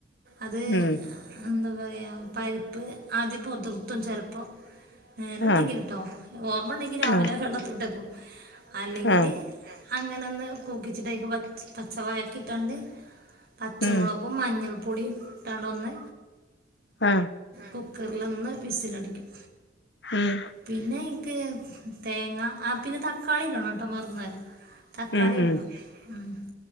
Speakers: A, on the right (about 55°); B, on the left (about 70°).
A: അത്
B: ഉം
A: എന്ത പറ പരിപ്പ് ആദ്യം പൊതിർത്തും ചിലപ്പോ നേരണ്ടെങ്കിൽട്ടോ
B: ആ
A: ഓർമ്മ ഉണ്ടെങ്കിൽ രാവിലെ
B: ആ
A: വെള്ളത്തിട്ടക്കും. അല്ലെങ്കിൽ
B: ആ
A: അങ്ങനെന്ന കൂക്കിച്ചിട്ടയ്ക്ക് പച്ചവായ്ക്കിട്ടാണ്ട്. പച്ചമുളകും
B: ഉം
A: മഞ്ഞൾപ്പൊടിിയും ഇട്ടാണ്ട ഒന്ന്
B: ആഹ
A: കുക്കറിലൊന്ന് വിസിലടിക്കും
B: ഉം
A: പിന്നെ തേങ്ങ ആ പിന്നെ ത കളിക്കണോട്ടോ മറന്നരം തക്കാളിടണം
B: ഉം ഉം
A: ഉം